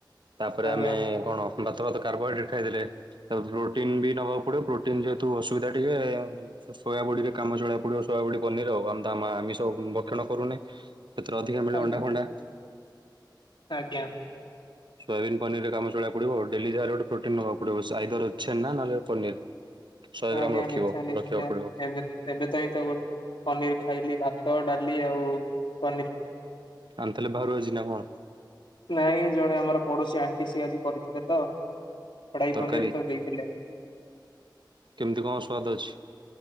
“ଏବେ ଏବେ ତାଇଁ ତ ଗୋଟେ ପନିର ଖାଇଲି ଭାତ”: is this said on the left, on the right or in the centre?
Left